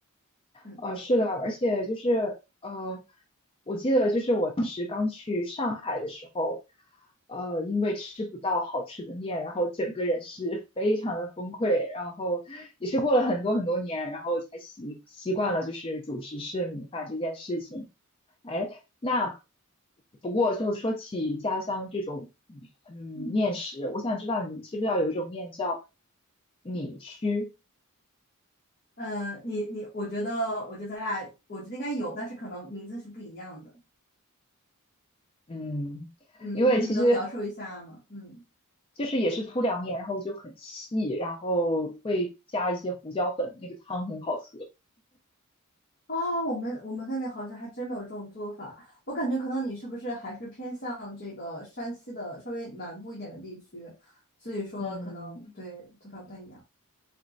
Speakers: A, on the left; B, on the left.
A: 嗯。
B: 呃，是的，而且就是呃，我记得就是我当时刚去上海的时候，呃，因为吃不到好吃的面，然后整个人是非常的崩溃，然后也是过了很多很多年，然后才习习惯了就是主食是米饭这件事情。哎，那不过就说起家乡这种嗯面食，
A: 嗯。
B: 我想知道你知不知道有一种面叫米须，
A: 嗯，你你，我觉得，我觉得咱俩，我觉得应该有，但是可能名字是不一样的。
B: 嗯。
A: 嗯，
B: 因为其实
A: 你你能描述一下吗？嗯，
B: 就是也是粗粮面，然后就很细，然后会加一些胡椒粉，那个汤很好喝。
A: 哦，我们我们那边好像还真没有这种做法。我感觉可能你是不是还是偏向这个山西的稍微南部一点的地区，所以说可能对做法不太一样。
B: 嗯，